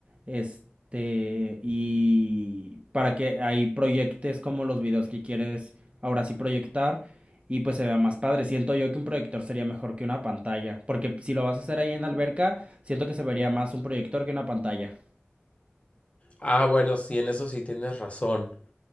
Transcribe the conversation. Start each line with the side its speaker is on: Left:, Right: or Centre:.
Right: este, y para que ahí proyectes como los videos que quieres ahora sí proyectar y pues se vea más padre. Siento yo que un proyector sería mejor que una pantalla, porque si lo vas a hacer ahí en la alberca, siento que se vería más un proyector que una pantalla.
Left: Ah, bueno, sí, en eso sí tienes razón.